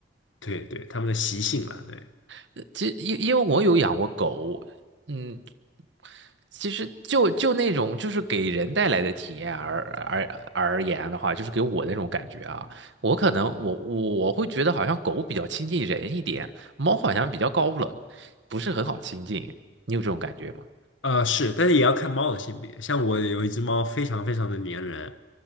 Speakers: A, on the left; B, on the right.
A: 对对，它们的习性啊，对。
B: <laughs> 其实因因为我有养过狗，嗯，其实就就那种就是给人带来的体验而而而言的话，就是给我那种感觉啊，我可能我我我会觉得好像狗比较亲近人一点，猫好像比较高冷，不是很好亲近，你有这种感觉吗？
A: 呃，是，但是也要看猫的性别。像我有一只猫，非常非常的粘人，